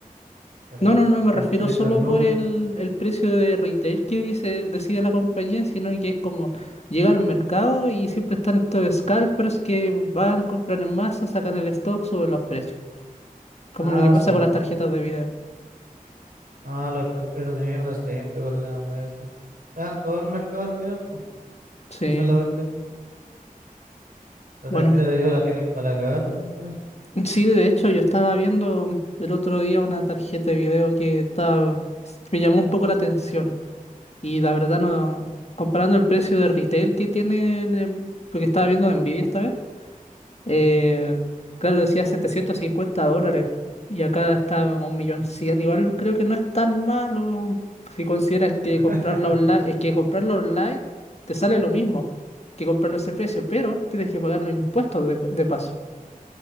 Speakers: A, on the right; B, on the left.
A: cara,
B: No, no, no me
A: como
B: refiero
A: en 500
B: solo
A: lucas.
B: por el, el precio de retail que dice, decide la compañía, sino que es como llega al mercado y siempre están estos scalpers que van, compran en masa, sacan el stock, suben los precios. Como
A: Ah,
B: lo que pasa
A: sí.
B: con
A: bo.
B: las tarjetas de video.
A: Ah, los scalpers de mierda siempre con la weá esa. Están todo el mercado al final, pues.
B: Sí,
A: Esa es la cuestión. La
B: bueno,
A: tarjeta de video la tienen para cagar también con eso.
B: sí, de hecho yo estaba viendo el otro día una tarjeta de video que estaba, me llamó un poco la atención y la verdad no, comparando el precio de retail que tiene, en- en- porque estaba viendo Nvidia esta vez, eh,
A: Ujú.
B: claro, decía 750 dólares y acá está en un millón cien, igual creo que no es tan malo si consideras que
A: <laughs>
B: comprarla online, es que comprarlo online te sale lo mismo que comprarlo a ese precio, pero tienes que pagar los impuestos de de paso.